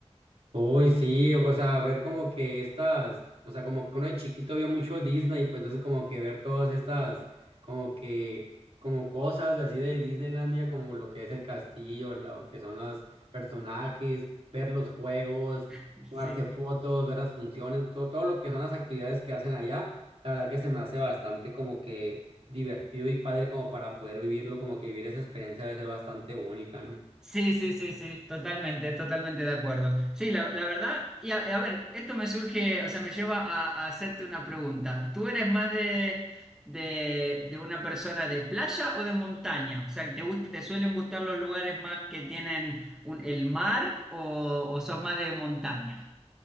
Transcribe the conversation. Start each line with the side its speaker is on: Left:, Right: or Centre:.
Right: Uy, sí, o sea, ver como que estas, o sea, como que uno de chiquito vio mucho Disney, pues entonces como que ver todas estas, como que, como cosas así de Disneylandia, como lo que es el castillo, lo que son los personajes, ver los juegos,
Centre: <laughs>
Right: tomarse
Centre: Sí.
Right: fotos, ver las funciones, todo, todo lo que son las actividades que hacen allá, la verdad que se me hace bastante como que divertido y padre como para poder vivirlo, como que vivir esa experiencia debe ser bastante única, ¿no?
Centre: Sí, sí, sí, sí, totalmente, totalmente de acuerdo. Sí, la, la verdad, y a, a ver, esto me surge, o sea, me lleva a, a hacerte una pregunta. ¿Tú eres más de, de, de una persona de playa o de montaña? O sea, ¿te gusta, te suelen gustar los lugares más que tienen un- el mar o, o sos más de montaña?